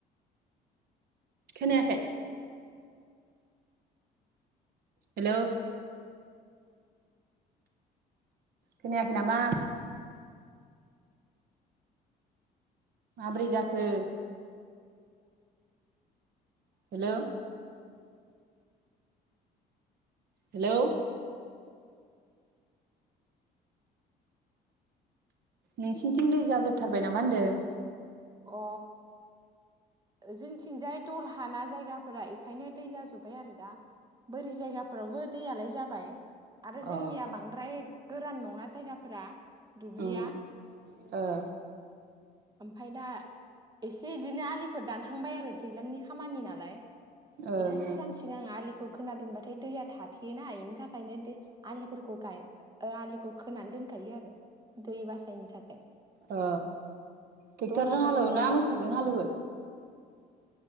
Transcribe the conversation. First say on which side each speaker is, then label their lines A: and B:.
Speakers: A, on the right (about 65°); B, on the right (about 25°).
A: खोनायाखै हेलौ खोनायाखै नामा माबोरै जाखो हेलौ हेलौ नोंसिनिथिं दै जाजोबथारबाय नामा होन्दों
B: अ जोंथिंजाय दल हाना जायगाफोरा बेखायनो दै जाजोब्बाय आरो दा बोरि जायगाफोरावबो दैयालाय जाबाय आरो
A: अ
B: जोंनिया बांद्राय गोरान नङा जायगाफोरा दुब्लिया
A: उम ओ
B: ओमफाय दा एसे इदिनो आलिफोर दानहांबाय आरो दैज्लांनि खामानि नालाय
A: ओं
B: एसे सिगां सिगां आलिखौ खोना दोनबाथाय दैया थाथेयोना बेनि थाखायनो दै आलिफोरखौ गाय आलिखौ खोना दोनखायो आरो दै बासायनो थाखाय
A: ओ ट्रेक्टरजों
B: दलहा जायगाबाबो
A: हालौवोना मोसौजों
B: दै बासिनो
A: हालौवो
B: थाखाय